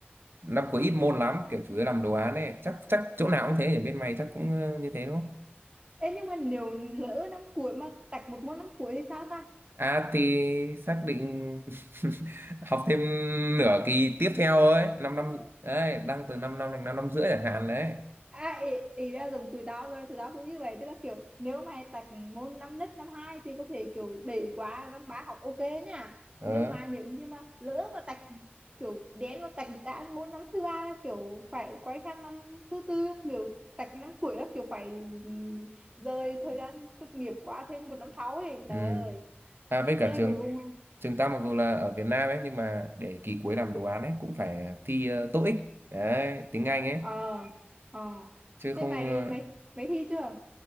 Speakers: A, on the right (about 65°); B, on the right (about 25°).
A: năm cuối ít môn lắm kiểu chủ yếu làm đồ án ấy chắc chắc chỗ nào cũng thế ở bên mày chắc cũng ờ, như thế đúng không
B: ê nhưng mà nếu lỡ năm cuối mà tạch một môn năm cuối thì sao
A: à thì xác định <laughs> học thêm nửa kỳ tiếp theo ấy 5
B: ta
A: năm năm đấy đang từ 5 năm đến 5 năm rưỡi chẳng hạn đấy
B: À, ý, ý là dùng tụi tao rồi tụi tao cũng như vậy tức là kiểu nếu mày tạch môn năm nhất năm hai thì có thể kiểu để qua năm ba học ok nha
A: ờ
B: nhưng mà nếu như mà lỡ mà tạch kiểu đến mà tạch ra môn năm thứ ba là kiểu phải quay sang năm thứ tư kiểu tạch năm cuối là kiểu phải rời thời gian tốt nghiệp qua thêm một năm sau ấy
A: ừ.
B: trời ơi
A: à với
B: thế
A: cả trường
B: cuối cùng
A: trường ta mặc dù là ở Việt Nam ấy nhưng mà để kỳ cuối làm đồ án ấy cũng phải thi uh, TOEIC đấy tiếng Anh ấy
B: ờ ờ
A: chứ không
B: thế mày
A: ờ,
B: mày mày thi chưa